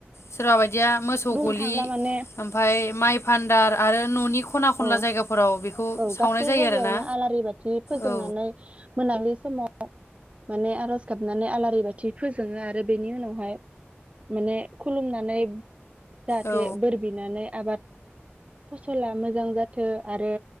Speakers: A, on the left; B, on the right.
A: सोरबा बायदिया मोसौ
B: बुंनो
A: गलि
B: थांला माने
A: ओमफाय। माइ भान्दार आरो न'नि खना खनला
B: औ
A: जायगाफोराव बेखौ
B: औ
A: सावनाय
B: गासै
A: जायो
B: जायगायावनो
A: आरोना
B: आलारि बाथि फोजोंनानै
A: औ
B: मोनाबिलि समाव। माने आरज गाबनानै आलारि बाथि फोजोङो आरो बेनि उनावहाय माने खुलुमनानै जाहाथे
A: औ
B: बोर बिनानै आबाद फसला मो मोजां जाथो आरो